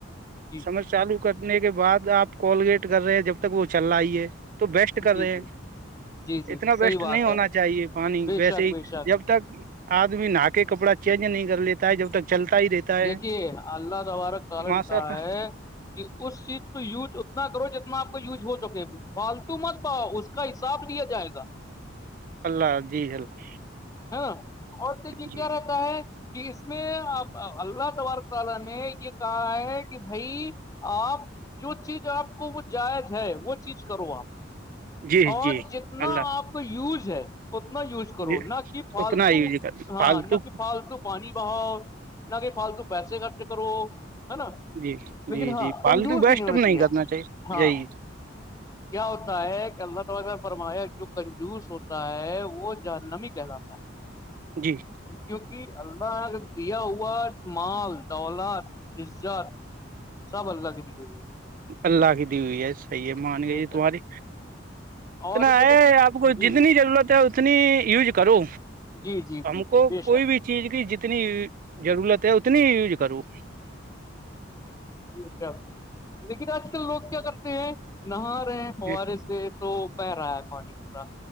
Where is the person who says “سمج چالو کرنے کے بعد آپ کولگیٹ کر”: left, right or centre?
Right